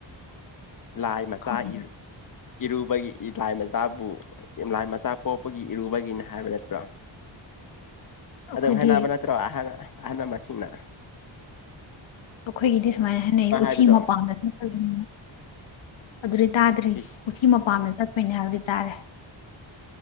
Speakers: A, on the left; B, on the left.
A: ꯂꯥꯏ ꯃꯆꯥ
B: ꯈꯪꯗꯦ
A: ꯏꯔꯨꯕꯒꯤ ꯂꯥꯏ ꯃꯆꯥꯕꯨ ꯌꯥꯝ ꯂꯥꯏ ꯃꯆꯥ ꯄꯣꯛꯄꯒꯤ ꯏꯔꯨꯕꯒꯤꯅꯤ ꯍꯥꯏꯕ ꯅꯠꯇ꯭ꯔꯣ
B: <unintelligible> ꯑꯩꯈꯣꯏꯗꯤ
A: ꯑꯗꯨꯝ ꯍꯥꯏꯅꯕ ꯅꯠꯇ꯭ꯔꯣ ꯑꯍ ꯑꯍꯜ ꯂꯃꯁꯤꯡꯅ
B: ꯑꯩꯈꯣꯏꯒꯤꯗꯤ ꯁꯨꯃꯥꯏꯅ ꯍꯥꯏꯅꯩ ꯎꯆꯤ
A: ꯍꯥꯏꯕꯗꯣ
B: ꯃꯄꯥꯟꯗꯁꯨ ꯐꯅꯤꯅ ꯑꯗꯨꯗꯤ ꯇꯥꯗ꯭ꯔꯤ
A: ꯏꯁ
B: ꯎꯆꯤ ꯃꯄꯥꯝꯗ ꯆꯠꯄꯩꯅꯦ ꯍꯥꯏꯕꯗꯤ ꯇꯥꯔꯦ